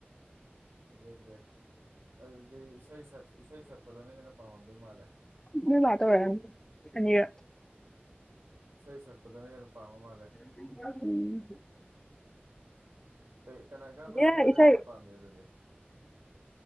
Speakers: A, on the right; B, on the left.
A: ꯐꯖꯗ꯭ꯔꯦ ꯑꯗꯨꯗꯤ ꯏꯁꯩ ꯁꯛ ꯏꯁꯩ ꯁꯛꯄꯗꯅ ꯍꯦꯟꯅ ꯄꯥꯝꯃꯝꯗꯨꯏ ꯃꯥꯜꯂꯦ꯫
B: ꯅꯣꯏ ꯃꯥ ꯇꯧꯔꯛꯑꯝꯃꯤ ꯑꯅꯤꯔꯛ꯫
A: ꯏꯁꯩ ꯁꯛꯄꯗꯅ ꯍꯦꯟꯅ ꯄꯥꯝꯕ ꯃꯥꯜꯂꯦ꯫
B: <unintelligible> ꯎꯝ꯫
A: ꯀꯩ ꯀꯅꯥ ꯀꯔꯝꯕ ꯁꯤꯡꯒꯔꯅ
B: ꯑꯦ ꯏꯁꯩ
A: ꯍꯦꯟꯅ ꯄꯥꯝꯃꯤ ꯑꯗꯨꯗꯤ꯫